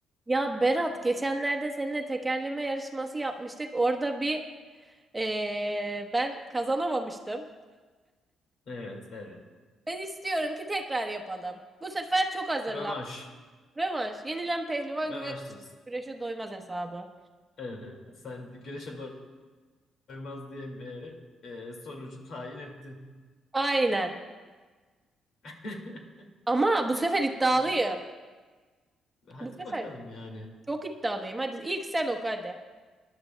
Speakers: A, on the right; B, on the left.
A: Ya Berat geçenlerde seninle tekerleme yarışması yapmıştık. Orada bir eee, ben kazanamamıştım.
B: Evet, evet.
A: Ben istiyorum ki tekrar yapalım. Bu sefer çok hazırlan.
B: Rövanş.
A: Rövanş. Yenilen pehlivan
B: Rövanş
A: güve
B: diyorsun.
A: güreşe doymaz hesabı.
B: Evet, sen güreşe doymaz diyemeyerek e, sonucu tayin ettin.
A: Aynen.
B: <laughs>
A: Ama bu sefer iddialıyım.
B: E, hadi
A: Bu sefer
B: bakalım yani.
A: çok iddialıyım. Hadi ilk sen oku hadi.